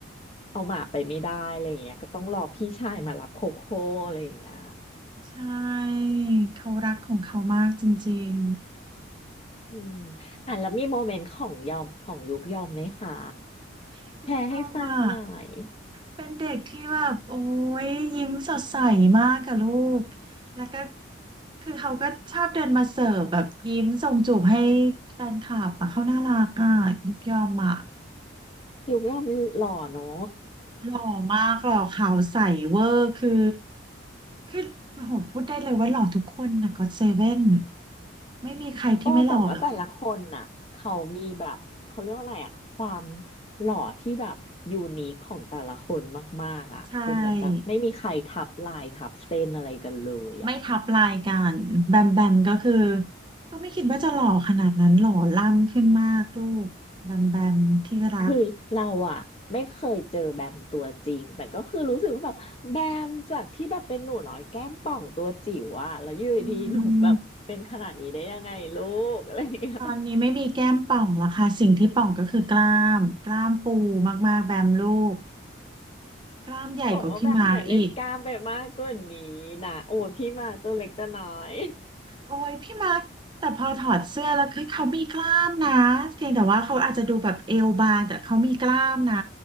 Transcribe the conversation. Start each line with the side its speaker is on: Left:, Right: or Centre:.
Left: เอาหมาไปไม่ได้อะไรอย่างเงี้ยก็ต้องรอพี่ชายมารับโคโค่อะไรอย่างเงี้ย
Right: ใช่เขารักของเขามากจริง
Left: อืมอ่ะแล้วมีโมเมนต์ของยอมของยุกยอมไหมคะ
Right: ๆยุกยอมอ่ะ
Left: แชร์ให้ฟังหน่อย
Right: เป็นเด็กที่แบบโอ้ยยิ้มสดใสมากกับลูก แล้วก็คือเขาก็ชอบเดินมาเสิร์ฟแบบยิ้มส่งจูบให้แฟนคลับอะเขาน่ารักอ่ะยิบยอมอ่ะ
Left: ยุกยอมหล่อเนาะ
Right: หล่อมากหล่อขาวใสเวอร์คือคือโอ้โหพูดได้เลยว่าหล่อทุกคนนะก็อตเซเว่นไม่มีใครที่ไม่หล่อเลย
Left: โอ้แต่ว่าแต่ละคนน่ะเขามีแบบเขาเรียกว่าอะไรอะความหล่อที่แบบยูนิคของแต่ละคนมากๆอะคือเหมือนแบบไม่มีใครทับลายทับเส้นอะไรกันเลยอะ
Right: ใช่ไม่ทับลายกันแบมแบมก็คือก็ไม่คิดว่าจะหล่อขนาดนั้นหล่อล่ำขึ้นมากลูกแบมแบมที่รัก
Left: คือเราอะไม่เคยเจอแบมตัวจริงแต่ก็คือรู้สึกว่าแบบแบมจากที่แบบเป็นหนูน้อยแก้มป่องตัวจิ๋วอะแล้วอยู่ดีๆหนูแบบเป็นขนาดนี้ได้ยังไงลูกอะไรอย่างเงี้ย
Right: อืมตอนนี้ไม่มีแก้มป่องแล้วค่ะสิ่งที่ป่องก็คือกล้ามกล้ามปูมากๆแบมลูกกล้ามใหญ่กว่าพี่มาร์กอีก
Left: บอกว่าแบมอย่าเล่นกล้ามไปมากกว่านี้นะโอ้ยพี่มาตัวเล็กตัวน้อย
Right: โอ้ยพี่มาร์กแต่พอถอดเสื้อแล้วคือเขามีกล้ามนะเพียงแต่ว่าเขาอาจจะดูแบบเอวบางแต่เขามีกล้ามนะ